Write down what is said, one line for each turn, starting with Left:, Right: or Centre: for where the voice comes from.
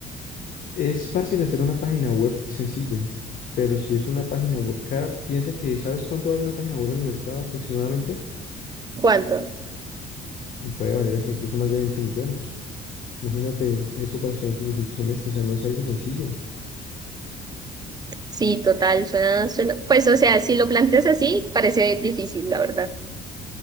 Left: Es fácil hacer una página web sencilla, pero si es una página web cara, piensa que ¿sabes cuánto vale una página web en el mercado aproximadamente?
Right: ¿Cuánto?
Left: Puede valer hasta incluso más de 20 millones. Imagínate eso para estudiantes de quinto semestre, o sea, no es algo sencillo.
Right: Sí, total, suena, suena, pues o sea, si lo planteas así, parece difícil, la verdad.